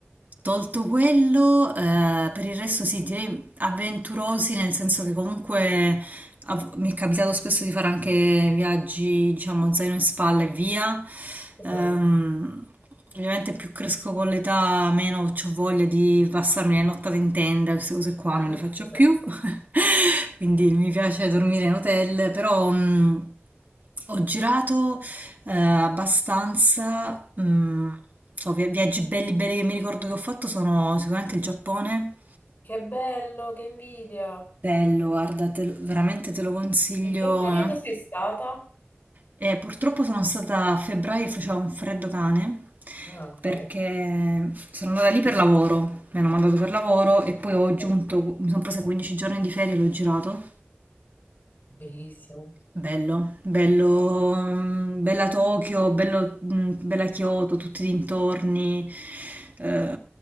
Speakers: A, on the right; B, on the left.
A: tolto quello, eh, per il resto sì, direi avventurosi, nel senso che comunque av- mi è capitato spesso di fare anche viaggi, diciamo, zaino in spalla e via.
B: Che
A: Ehm,
B: bello,
A: ovviamente più cresco con l'età, meno ho voglia di passarmi le nottate in tenda, queste cose qua non le
B: ha
A: faccio
B: senso.
A: più. <laughs> Quindi mi piace dormire in hotel, però mh, ho girato eh, abbastanza, mm, so, vi- viaggi belli belli che mi ricordo che ho fatto sono sicuramente il Giappone.
B: Che bello, che invidia.
A: Bello, guarda, te lo- veramente te lo consiglio.
B: In che periodo
A: eh.
B: sei stata?
A: E purtroppo sono stata a febbraio e faceva un freddo cane
B: Ah, ok,
A: perché sono andata lì per lavoro, mi hanno mandato per lavoro e poi ho aggiunto,
B: ok.
A: mi sono presa 15 giorni di ferie e l'ho girato.
B: Bellissimo.
A: Bello, bello, mm, bella Tokyo, bello, mm, bella Kyoto, tutti i dintorni, eh,